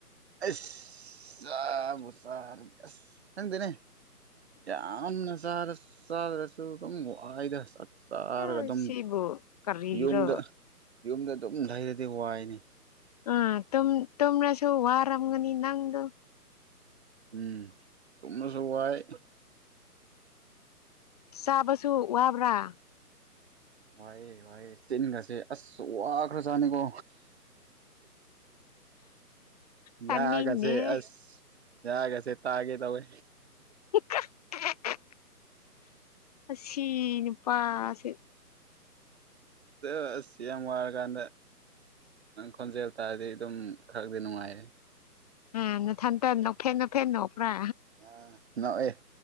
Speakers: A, on the right; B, on the left.
A: ꯑꯁ ꯆꯥꯕꯨ ꯆꯔꯗꯤ ꯑꯁ ꯈꯪꯗꯦꯅꯦ ꯌꯥꯝꯅ ꯆꯔ ꯆꯗ꯭ꯔꯁꯨ ꯑꯗꯨꯝ ꯋꯥꯏꯗ ꯆꯥꯔꯒ
B: ꯑ
A: ꯑꯗꯨꯝ
B: ꯁꯤꯕꯨ ꯀꯔꯤꯒꯤꯔꯣ
A: ꯌꯨꯝꯗ ꯌꯨꯝꯗ ꯑꯗꯨꯝ ꯩꯔꯗꯤ ꯋꯥꯏꯅꯤ
B: ꯑꯥ ꯇꯨꯝꯅꯁꯨ ꯋꯥꯔꯝꯒꯅꯤ ꯅꯪꯗꯣ
A: ꯎꯝ ꯇꯨꯝꯃꯁꯨ ꯋꯥꯏ
B: ꯆꯥꯕꯁꯨ ꯋꯥꯕ꯭ꯔꯥ
A: ꯋꯥꯍꯦ ꯋꯥꯑꯦ ꯆꯤꯟꯒꯁꯦ ꯑꯁ ꯋꯥꯈ꯭ꯔꯖꯥꯅꯤꯀꯣ
B: ꯇꯥꯅꯤꯡꯅꯦ
A: ꯌꯥ ꯀꯁꯦ ꯑꯁ ꯌꯥꯒ ꯁꯦꯠꯇꯑꯒꯦ ꯇꯕꯦ
B: <inaudible> ꯑꯁꯤ ꯅꯨꯄꯥꯁꯦ
A: ꯑꯗꯣ ꯑꯁ ꯌꯥꯝ ꯋꯥꯔꯀꯥꯟꯗ ꯅꯪ ꯈꯣꯟꯖꯦꯜ ꯍꯥꯏꯇꯥꯥꯔꯗꯤ ꯑꯗꯨꯝ ꯈꯔꯗꯤ ꯅꯨꯡꯉꯥꯏꯔꯦ
B: ꯑ ꯅꯊꯟꯇ ꯐꯦꯟꯅꯣ ꯐꯦꯟꯅꯣ ꯄꯨ꯭ꯔꯥ
A: ꯑꯥ ꯅꯣꯛꯑꯦ